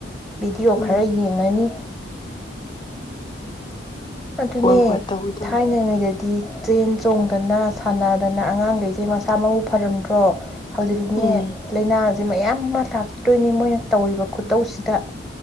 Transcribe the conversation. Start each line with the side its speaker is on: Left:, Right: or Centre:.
Centre: ꯚꯤꯗꯤꯑꯣ
Left: ꯎꯝ
Centre: ꯈꯔ ꯌꯦꯡꯉꯅꯤ ꯑꯗꯨꯅꯦ
Left: ꯍꯣꯏ ꯍꯣꯏ ꯇꯧꯋꯤ ꯇꯧꯋꯤ
Centre: ꯊꯥꯏꯅꯉꯩꯗ ꯍꯥꯏꯗꯤ ꯆꯦꯟ ꯆꯣꯡꯗꯅ ꯁꯥꯟꯅꯗꯅ ꯑꯉꯥꯡꯈꯩꯁꯦ ꯃꯁꯥ ꯃꯎ ꯐꯔꯝꯗ꯭ꯔꯣ ꯍꯧꯖꯤꯛꯇꯤꯅꯦ
Left: ꯎꯝ
Centre: ꯂꯩꯅꯥ ꯑꯁꯤ ꯃꯌꯥꯝ ꯑꯃ ꯂꯥꯛꯇꯣꯏꯅꯤ ꯃꯣꯏꯅ ꯇꯧꯔꯤꯕ ꯈꯨꯇꯧꯁꯤꯗ